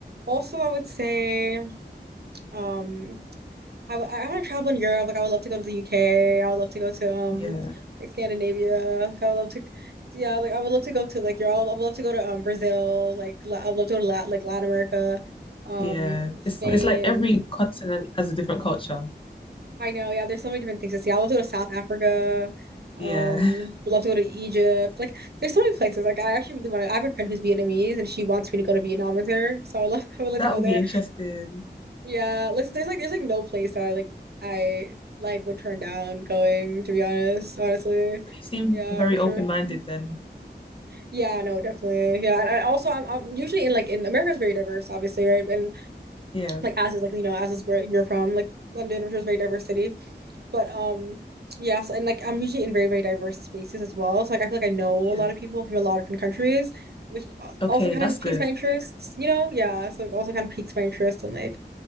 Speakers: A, on the right; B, on the left.
A: also I would say, um, I, w- I want to travel in Europe. Like I would love to go to the UK. I would love to go to um
B: yeah.
A: like Scandinavia. Like, I would love to, yeah. Like I would love to go to like Europe. I would, I would love to go to um Brazil. Like La- I would love to go to Lat like Latin America, um
B: Yeah,
A: Spain.
B: it's it's like every continent has a different culture.
A: I know. Yeah, there's so many different things to see. I would love to go to South Africa. Um,
B: Yeah,
A: would love to go to Egypt. Like there's so many places. Like I actually really want to. I have a friend who's Vietnamese and she wants me to go to Vietnam with her. So I love.
B: <laughs>
A: <laughs> I would like
B: that
A: to go
B: will
A: there.
B: be interesting.
A: Yeah, like so there's like there's like no place that I like I like would turn down going, to be honest, honestly.
B: So you seem
A: Yeah,
B: very
A: for sure.
B: open-minded
A: Mhm.
B: then.
A: Yeah, no, definitely. Yeah, and I also I'm I'm usually in like in America's very diverse, obviously, right? And
B: Yeah,
A: like as is like you know as is where you're from, like London, I'm sure is a very diverse city. But um, yeah, so, and like I'm usually in very very diverse spaces as well. So like I feel like I know a
B: yeah.
A: lot of people from a lot of different countries, which al-
B: Okay,
A: also kind
B: that's
A: of just piques
B: good.
A: my interests, you know? Yeah, so it also kind of piques my interest and like